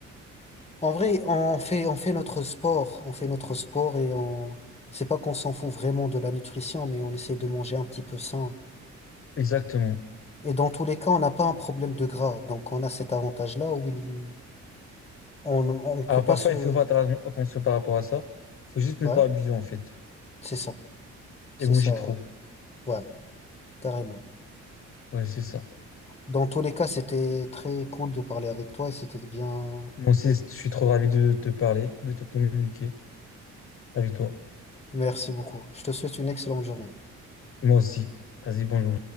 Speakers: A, on the left; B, on the left.
A: En vrai, on fait, on fait notre sport, on fait notre sport et on, c'est pas qu'on s'en fout vraiment de la nutrition, mais on essaie de manger un petit peu sain.
B: Exactement.
A: Et dans tous les cas, on n'a pas un problème de gras, donc on a cet avantage-là où il, on, on peut
B: Alors
A: pas
B: parfois,
A: se,
B: il faut faire atten- attention par rapport à ça. Il faut juste ne
A: ouais,
B: pas abuser en fait
A: c'est ça, c'est
B: et bouger
A: ça,
B: trop.
A: ouais, ouais, carrément.
B: Ouais, c'est ça.
A: Dans tous les cas, c'était très cool de parler avec toi et c'était bien.
B: Moi aussi,
A: bien.
B: je suis trop ravi de te parler, de te communiquer avec toi.
A: Merci beaucoup. Je te souhaite une excellente journée.
B: Moi aussi. Vas-y, bonjour.